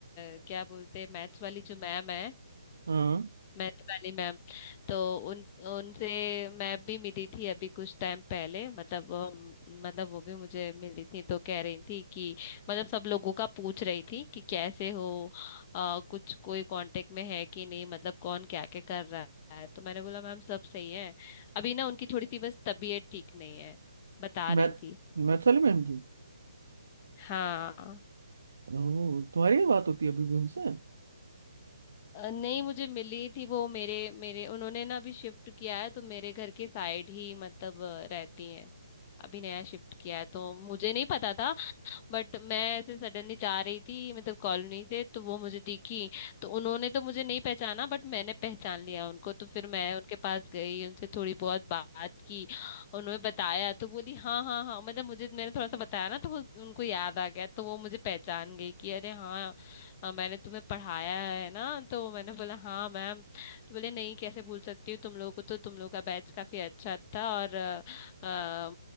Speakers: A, on the left; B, on the right.
A: अ, क्या बोलते हैं मैथ्स वाली जो मैम है
B: हाँ
A: मैथ वाली मैम तो उन उनसे मैं भी मिली थी अभी कुछ टाइम पहले मतलब अम, मतलब वो भी मुझे मिली थी तो कह रही थी कि मतलब सब लोगों का पूछ रही थी कि कैसे हो अ, कुछ कोई कांटेक्ट में है कि नहीं मतलब कौन क्या क्या कर रहा है तो मैंने बोला मैम सब सही है अभी ना उनकी थोड़ी सी बस तबीयत ठीक नहीं है बता रही
B: मैथ
A: थी
B: मैथ वाले मैम की
A: हाँ
B: ओह तुम्हारी ये बात होती है अभी भी उनसे
A: अ, नहीं मुझे मिली थी वो मेरे मेरे उन्होंने ना अभी शिफ्ट किया है तो मेरे घर के साइड ही मतलब अ, रहती हैं अभी नया शिफ्ट किया है तो मुझे नहीं पता था बट मैं ऐसे सडनली जा रही थी मतलब कॉलोनी से तो वो मुझे दिखी तो उन्होंने तो मुझे नहीं पहचाना बट मैंने पहचान लिया उनको तो फिर मैं उनके पास गई उनसे थोड़ी बहुत बात की उन्होंने बताया तो बोली हाँ हाँ हाँ मतलब मुझे मैंने थोड़ा सा बताया ना तो वो उनको याद आ गया तो वो मुझे पहचान गई कि अरे हाँ अ, मैंने तुम्हें पढ़ाया है ना तो मैंने बोला हाँ मैम तो बोले नहीं कैसे भूल सकती हूँ तुम लोगों को तो तुम लोग का बैच काफी अच्छा था और आ,